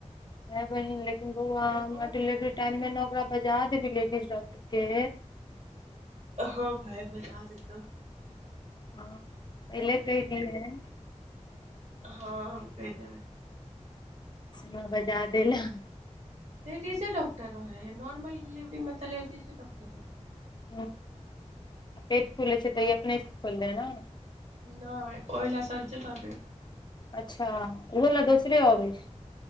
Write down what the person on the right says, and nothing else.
हँ तऽ
हाँ भाय बजा देतौ।
हँ हम कहि देबै।
लेडीजे डॉकटर रहे है, नॉर्मल डिलिवरी मे तऽ लेडीजे डॉकटर रहतै।
नै ओहि लए सर्जन अबै।